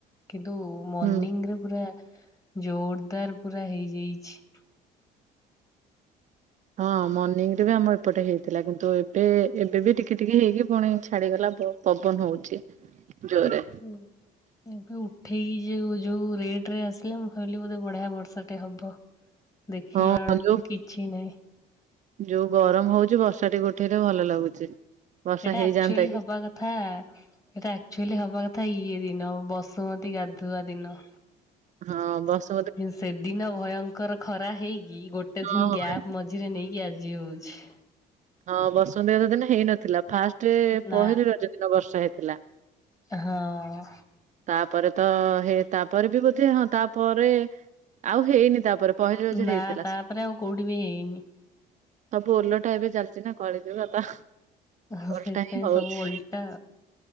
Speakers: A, on the left; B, on the right.
A: କିନ୍ତୁ ମର୍ଣିିଂରେ
B: ହୁଁ।
A: ପୁରା ଜୋରଦାର ପୁରା ହେଇଯାଇଛି।
B: ହଁ ମର୍ଣିିଂରେ ବି ଆମର ଏପଟେ ହେଇଥିଲା କିନ୍ତୁ ଏବେ ଏବେ ବି ଟିକେ ଟିକେ ହେଇକି ପୁଣି ଛାଡିଗଲା ବୋ ପବନ ହଉଛି ଜୋରେ।
A: ହୁଁ, <unintelligible> ଉଠେଇକି ଯଉ ଯୋଉ ରେଟରେ ଆସିଲା ମୁଁ ଭାବିଲି ବୋଧେ ବଢିଆ ବର୍ଷାଟେ ହବ। ଦେଖିଲା
B: ହଁ
A: ବେଳକୁ
B: ଯୋଉ
A: କିଛି ନାହିଁ।
B: ଯୋଉ ଗରମ ହଉଛି ବର୍ଷାଟିକେ ଉଠେଇଲେ ଭଲ ଲାଗୁଛି। ବର୍ଷା
A: ଏଇଟା
B: ହେଇଯାଆନ୍ତା
A: ଆକ୍ଚୁଆଲି
B: କି
A: ହବା କଥା ଏଟା ଆକ୍ଚୁଆଲି ହବା କଥା ଇଏ ଦିନ ବସୁମତୀ ଗାଧୁଆ ଦିନ।
B: ହଁ ବସ
A: ସେଦିନ ଭୟଙ୍କର ଖରା ହେଇକି ଗୋଟେ
B: ହଁ
A: ଦିନ ଗ୍ୟାପ
B: ହଁ
A: ମଜ ମଝିରେ ନେଇକି ଆଜି ହଉଛି।
B: ହଁ ବସୁମତି ଗାଧୁଆ ଦିନ ହେଇନଥିଲା, ଫାଷ୍ଟ
A: ନା
B: ପହିଲି ରଜ ଦିନ ବର୍ଷା ହେଇଥିଲା।
A: ହଁ।
B: ତାପରେ ତ ହେ ତାପରେ ବି ବୋଧେ ହଁ ତାପରେ ଆଉ ହେଇନି ତାପରେ ପହିଲି ରଜରେ
A: ନା
B: ହେଇଥିଲା।
A: ତାପରେ ଆଉ କୋଉଠି ବି ହେଇନି।
B: ସବୁ ଓଲଟା ଏବେ ଚାଲିଛି ନା କଳିଯୁଗ ତ
A: ହ
B: ଓଲଟା
A: ସେଥିପାଇଁ
B: ହିଁ ହଉଛି
A: ସବୁ ଓଲଟା